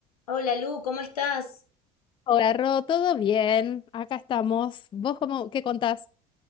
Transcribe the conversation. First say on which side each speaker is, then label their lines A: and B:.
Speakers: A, on the left; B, on the left.
A: Hola Lu, ¿cómo estás?
B: Hola, Ro, ¿todo bien? Acá estamos. ¿Vos cómo, qué contás?